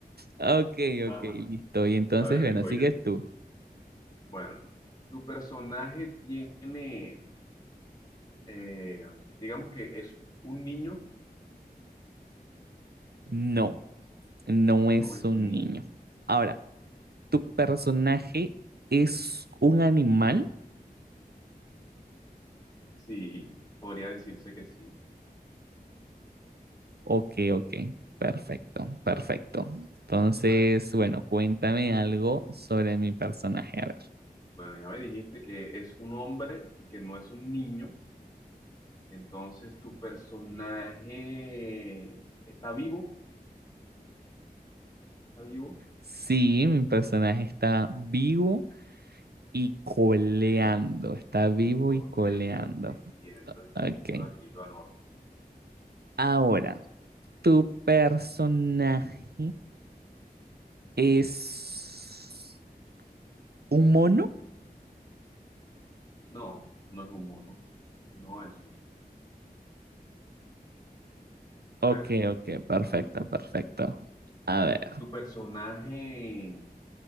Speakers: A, on the right; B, on the left.
A: Ok,
B: Ajá.
A: ok, listo. Y entonces,
B: A ver,
A: bueno,
B: vengo
A: sigues
B: yo.
A: tú.
B: Bueno, tu personaje tiene, eh, digamos que es un niño,
A: No, no es
B: no es
A: un
B: un niño.
A: niño. Ahora, ¿tu personaje es un animal?
B: Sí, podría decirse que sí.
A: Ok, ok, perfecto, perfecto. Entonces,
B: Vale.
A: bueno, cuéntame algo sobre mi personaje. A ver,
B: Bueno, ya me dijiste que es un hombre y que no es un niño. Entonces, tu personaje está vivo, está vivo.
A: sí, mi personaje está vivo y coleando,
B: Ok,
A: está vivo
B: ok,
A: y coleando.
B: entiendo, entiendo.
A: Ok,
B: Aquí lo anoto.
A: ahora, ¿tu personaje es un mono?
B: No, no es un mono. No es un. A
A: Ok,
B: ver,
A: ok, perfecto, perfecto. A ver,
B: tu personaje.